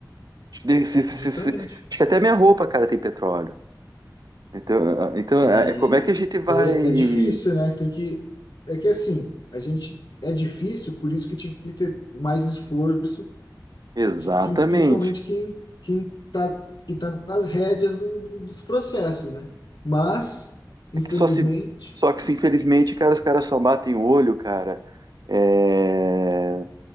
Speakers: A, on the right (about 60°); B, on the left (about 65°).
A: de- se- se-
B: Justamente.
A: se- acho que até minha roupa, cara, tem petróleo. Então, eh, então
B: E
A: é é como é que a gente vai.
B: daí é difícil, né? Tem que. É que assim, a gente é difícil, por isso que tinha que ter mais esforço,
A: Exatamente.
B: de, pri- principalmente quem quem tá, que tá nas rédeas do- do- dos processos, né? Mas, infelizmente,
A: É que só se. Só que se infelizmente, cara, os caras só batem o olho, cara, eh,